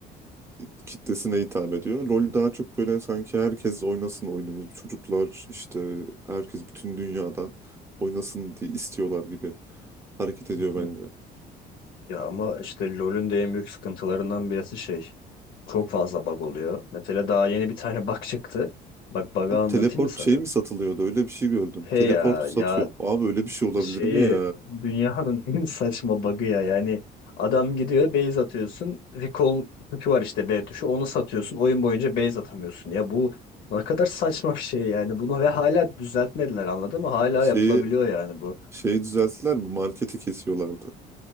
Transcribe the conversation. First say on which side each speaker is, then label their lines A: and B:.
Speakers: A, on the right (about 15°); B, on the left (about 60°).
A: e, kitlesine hitap ediyor. LoL daha çok böyle sanki herkes oynasın oyunumuz. Çocuklar işte herkes bütün dünyadan oynasın diye istiyorlar gibi hareket ediyor
B: Hı hı.
A: bence.
B: Ya ama işte LoL'ün de en büyük sıkıntılarından birisi şey. Çok fazla bug oluyor. Mesela daha yeni bir tane <laughs> bug çıktı. Bak bug'ı
A: Abi
B: anlatayım
A: teleport
B: mı sana?
A: şey mi satılıyordu? Öyle bir şey gördüm.
B: He
A: Teleport
B: ya
A: satıyor.
B: ya
A: Abi öyle bir şey olabilir
B: şeyi
A: mi ya?
B: dünyanın <laughs> en saçma bug'ı ya. Yani adam gidiyor base atıyorsun. Recall tuşu var işte B tuşu. Onu satıyorsun. Oyun boyunca base atamıyorsun. Ya bu ne kadar saçma bir şey yani. Bunu ve hala düzeltmediler anladın mı? Hala
A: Şeyi
B: yapılabiliyor yani bu.
A: şeyi düzelttiler mi? Marketi kesiyorlardı.